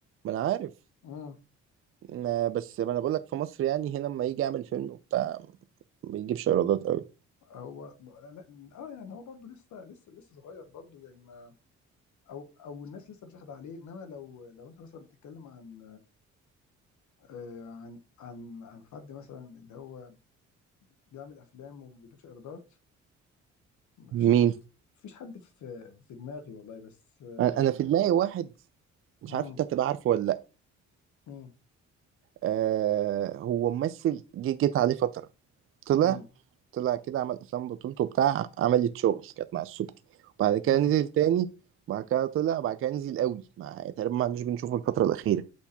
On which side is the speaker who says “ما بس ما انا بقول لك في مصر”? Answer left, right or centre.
Right